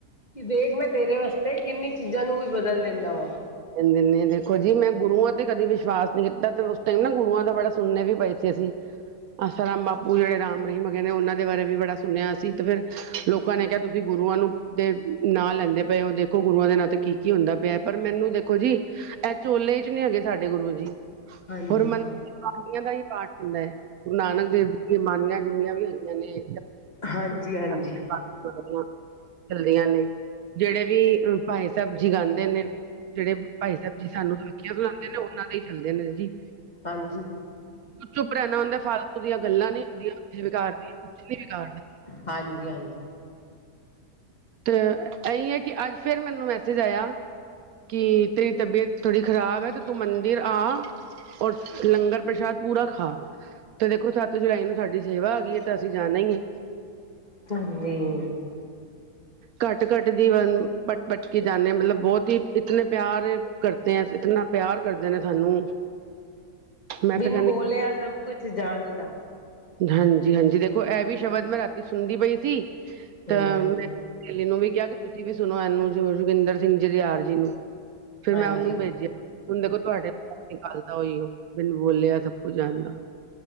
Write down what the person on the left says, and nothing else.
ਕਿ ਦੇਖ ਮੈਂ ਤੇਰੇ ਵਾਸਤੇ ਕਿੰਨੀ ਚੀਜ਼ਾਂ ਨੂੰ ਵੀ ਬਦਲ ਦਿੰਦਾ ਵਾਂ।
ਹਾਂਜੀ
ਹਾਂਜੀ ਹਾਂਜੀ
ਹਾਂਜੀ।
ਹਾਂਜੀ-ਹਾਂਜੀ।
ਧੋਂਦੀ ਏ
ਬਿਨ
ਬੋਲਿਆ ਸਭ ਕੁਛ ਜਾਣਦਾ
ਹੂੰ
ਹਾਂਜੀ।